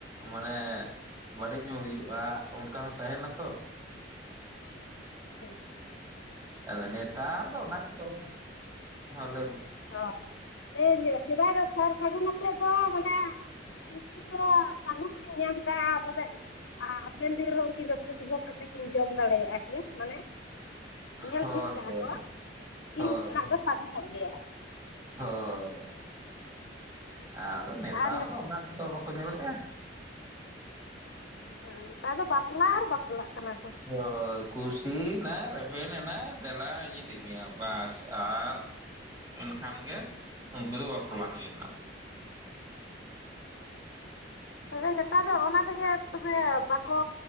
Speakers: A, on the right (about 20°); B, on the left (about 75°).
A: ᱢᱟᱱᱮ ᱵᱟᱹᱲᱤᱡ ᱧᱚᱜ ᱦᱩᱭᱩᱜᱼᱟ ᱚᱱᱠᱟ ᱦᱚᱸ ᱛᱟᱦᱮᱱᱟ ᱛᱚ ᱾
B: ᱦᱮᱸ ᱾
A: ᱟᱫᱚ ᱱᱮᱛᱟᱨ ᱫᱚ ᱚᱱᱟ ᱠᱚ ᱠᱚᱫᱚ ᱦᱮᱸ ᱞᱟᱹᱭ ᱢᱮ ᱾
B: ᱦᱚᱸ ᱦᱚᱸ, ᱞᱮᱧ ᱥᱮᱫᱟᱭ ᱫᱚ ᱥᱟᱨ ᱥᱟᱹᱜᱩᱱ ᱟᱛᱮᱜ ᱫᱚ ᱢᱟᱱᱮ ᱩᱝᱠᱤᱱ ᱫᱚ ᱥᱟᱹᱜᱩᱱ ᱠᱤᱱ ᱧᱟᱢ ᱠᱟᱜᱼᱟ ᱯᱟᱞᱮᱫ ᱫᱚ ᱾ ᱟ ᱦᱟᱯᱮᱱ ᱫᱤᱱ ᱨᱮᱦᱚᱸ ᱩᱱᱠᱤᱱ ᱫᱚ ᱥᱩᱠᱷ ᱵᱷᱳᱜ ᱠᱟᱛᱮ ᱠᱤᱱ ᱡᱚᱢ ᱫᱟᱲᱮᱭᱟᱜᱼᱟ ᱠᱤᱱ, ᱢᱟᱱᱮ ᱧᱮᱞ
A: ᱦᱳᱭ
B: ᱴᱷᱤᱠ ᱠᱟᱜᱼᱟ
A: ᱦᱳᱭ
B: ᱠᱚ ᱠᱤᱱ
A: ᱦᱳᱭ
B: ᱱᱟᱜ ᱫᱚ ᱥᱟᱜᱩᱱᱚᱜ ᱜᱮᱭᱟ ᱾
A: ᱦᱳᱭ, ᱟᱫᱚ ᱱᱮᱛᱟᱨ
B: ᱟᱨ
A: ᱫᱚ ᱚᱱᱟ ᱠᱚᱫᱚ ᱵᱟᱠᱚ ᱧᱮᱞᱮᱜᱼᱟ ᱾
B: ᱦᱮᱸ, ᱱᱮᱛᱟᱨ ᱫᱚ ᱵᱟᱯᱞᱟ ᱟᱨ ᱵᱟᱯᱞᱟᱜ ᱠᱟᱱᱟ ᱠᱚ ᱾
A: ᱦᱳᱭ, ᱠᱩᱥᱤᱭᱱᱟᱭ ᱨᱮᱵᱮᱱᱮᱱᱟᱭ ᱫᱮᱞᱟᱧ ᱤᱫᱤ ᱢᱮᱭᱟ ᱵᱟᱥ ᱟᱨ ᱮᱱᱠᱷᱟᱱ ᱜᱮ ᱩᱝᱠᱩ ᱫᱚ ᱵᱟᱯᱞᱟ ᱦᱩᱭᱱᱟ ᱾
B: ᱛᱚᱵᱮ ᱱᱮᱛᱟᱨ ᱫᱚ ᱚᱱᱟ ᱛᱮᱜᱮ ᱛᱚᱵᱮ ᱵᱟᱠᱚ